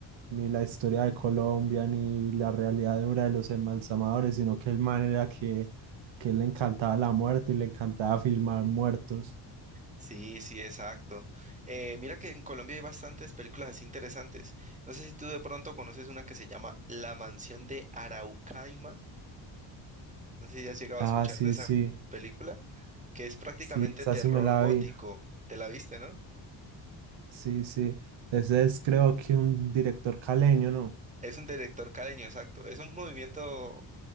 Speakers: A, on the right; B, on the right.
A: ni la historia de Colombia, ni la realidad dura de los embalsamadores, sino que el man era que, que le encantaba la muerte y le encantaba filmar muertos.
B: Sí, sí, exacto. Eh, mira que en Colombia hay bastantes películas así interesantes. No sé si tú de pronto conoces una que se llama La Mansión de Araucaima. No sé si has llegado
A: Ah,
B: a escuchar
A: sí,
B: de esa
A: sí,
B: película, que es prácticamente
A: sí, esa
B: terror
A: sí me la
B: gótico.
A: vi.
B: ¿Te la viste, no?
A: Sí, sí. Ese es creo que un director caleño, ¿no?
B: Es un director caleño, exacto. Es un movimiento